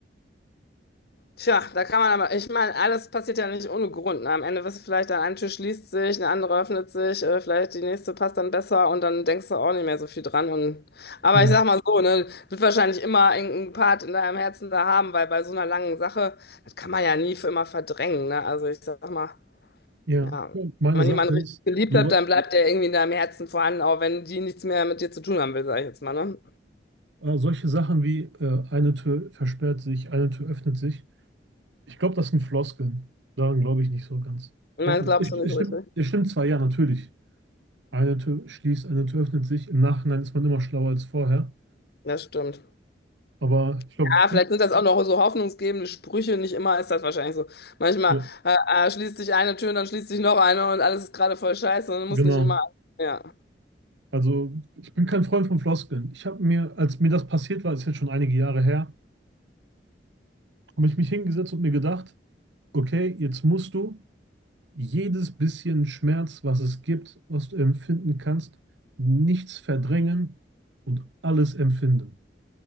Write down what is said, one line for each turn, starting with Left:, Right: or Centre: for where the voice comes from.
Left: Tja, da kann man aber, ich meine, alles passiert ja nicht ohne Grund. Ne? Am Ende wirst du vielleicht, dann ein Tür schließt sich, eine andere öffnet sich, äh, vielleicht die nächste passt dann besser und dann denkst du auch nicht mehr so viel dran. Und, aber
Right: Ja,
Left: ich sag mal so, ne, wird wahrscheinlich immer irgendeinen Part in deinem Herzen da haben, weil bei so einer langen Sache, das kann man ja nie für immer verdrängen. Ne? Also ich sag mal,
Right: ja.
Left: ja,
Right: Meine
Left: wenn man
Right: Sache
Left: jemanden richtig
Right: ist,
Left: geliebt
Right: so,
Left: hat, dann bleibt der irgendwie in deinem Herzen vorhanden, auch wenn die nichts mehr mit dir zu tun haben will, sag ich jetzt mal. Ne?
Right: äh, solche Sachen wie äh, eine Tür versperrt sich, eine Tür öffnet sich. Ich glaube, das sind Floskeln. Daran glaube ich nicht so ganz.
Left: Ich
Right: Ja,
Left: meine, das glaubst
Right: es,
Left: du nicht
Right: es
Left: so
Right: stimmt,
Left: richtig.
Right: es stimmt zwar, ja, natürlich. Eine Tür schließt, eine Tür öffnet sich. Im Nachhinein ist man immer schlauer als vorher.
Left: Das stimmt.
Right: Aber ich glaube,
Left: Ja, vielleicht sind das auch noch so hoffnungsgebende Sprüche. Nicht immer ist das wahrscheinlich so. Manchmal
Right: ja,
Left: äh, äh, schließt sich eine Tür und dann schließt sich noch eine und alles ist gerade voll scheiße und
Right: genau.
Left: muss nicht immer. Ja,
Right: Also ich bin kein Freund von Floskeln. Ich habe mir, als mir das passiert war, ist jetzt schon einige Jahre her, habe ich mich hingesetzt und mir gedacht, okay, jetzt musst du jedes bisschen Schmerz, was es gibt, was du empfinden kannst, nichts verdrängen und alles empfinden.